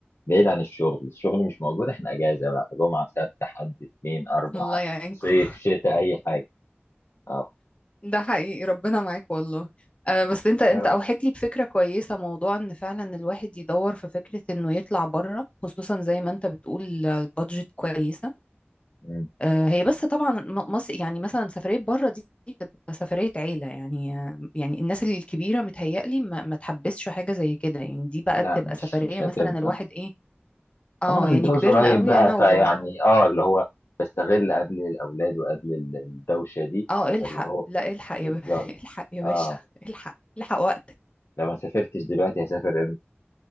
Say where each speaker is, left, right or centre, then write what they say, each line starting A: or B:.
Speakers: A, on the left; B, on the left.
A: بعيد عن الشغل الشغل مش موجود احنا اجازه بقى جمعه سبت حد اثنين اربعه
B: <laughs> الله يعينكم
A: صيف شتاء اي حاجه اه
B: ده حقيقي ربنا معاك والله أه بس انت انت
A: يا رب
B: اوحيت لي بفكره كويسه موضوع ان فعلا الواحد يدور في فكره انه يطلع بره خصوصا زي ما انت بتقول آه، البادجت كويصه
A: مم.
B: أه هي بس طبعا م- مصر يعني مثلا سفريه بره دي بتبقى سفريه عيله يعني آه، يعني الناس الكبيره متهيألي ما, ما تحبسش حاجه زي كده يعني دي بقى
A: لا
B: تبقى
A: مش
B: سفريه
A: مش هتنفع
B: مثلا الواحد ايه اه
A: أما انا متجوز
B: يعني كبرنا
A: قريب
B: قوي
A: بقى
B: انا و
A: فيعني اه اللي هو بستغل قبل الاولاد وقبل ال- الدوشه دي
B: اه الحق
A: اللي هو
B: لا الحق يا
A: بالظبط
B: ب... <laughs> الحق يا باشا
A: اه
B: الحق الحق وقتك
A: لو ما سافرتش دلوقتي هسافر امتى